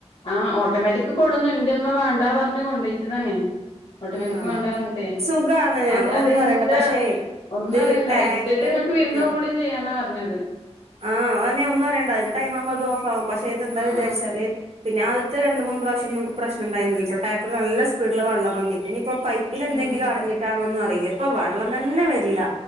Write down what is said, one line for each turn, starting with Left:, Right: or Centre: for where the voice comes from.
Left: ആ ഓട്ടോമാറ്റിക്ക് കൊടുന്നു എൻ്റെ ഉമ്മ വേണ്ടാ പറഞ്ഞ് കൊണ്ടോച്ചതാണേ ഓട്ടോമാറ്റിക്
Right: ആഹ്
Left: വേണ്ടാർഞ്ഞ്ട്ടെ
Right: സുഖാണ്
Left: അത്
Right: നമ്മളൊന്നും
Left: അതെന്താ
Right: അറിയണ്ട പക്ഷേ
Left: ഒന്നും
Right: ഇത്
Left: അറിയണ്ട
Right: ടാങ്ക്
Left: ഇട്ടിട്ട് ഇങ്ങക്ക് വിരുന്നും
Right: ആഹ്
Left: കൂടിയും ചെയ്യാനാ പറഞ്ഞത്
Right: ആഹ് അ ഞാ ഒന്നും അറേണ്ട അതിന്റെ ടൈം ആവുമ്പോ അത് ഓഫകും പക്ഷെ ഇതെന്താ
Left: ആഹ്
Right: വിചാച്ചാല്
Left: ആഹ്
Right: പിന്നെ ആദ്യത്തെ രണ്ട് മൂന്ന് പ്രാവശ്യം നമുക്ക് പ്രശ്നംണ്ടായിരുന്നില്ല ടാപ്പില് നല്ല സീഡില് വള്ളം വന്നിന്ന് ഞ്ഞ് ഇപ്പൊ പൈപ്പിൽ എന്തെങ്കിലും
Left: ആഹ്
Right: അടഞ്ഞിട്ടാണോന്നും അറിയില്ല ഇപ്പൊ വെള്ളം തന്നെ വരില്ല